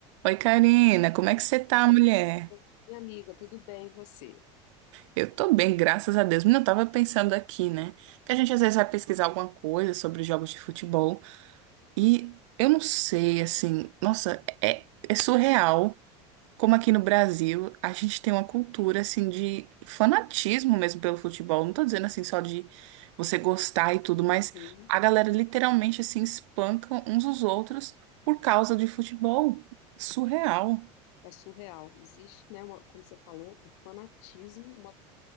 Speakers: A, on the right; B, on the left.
A: Oi, Karina, como é que você tá,
B: Ô,
A: mulher?
B: Minha amiga, tudo bem, e você?
A: Eu tô bem, graças a Deus. Menina, eu tava pensando aqui, né? Que a gente às vezes vai pesquisar alguma coisa sobre jogos de futebol e eu não sei, assim, nossa, é, é surreal como aqui no Brasil a gente tem uma cultura, assim, de fanatismo mesmo pelo futebol. Não tô dizendo, assim, só de você gostar e tudo, mas
B: Sim,
A: a galera literalmente, assim, espanca uns os outros por causa de futebol. Surreal.
B: é surreal. Existe, né, uma- como você falou, um fanatismo, uma,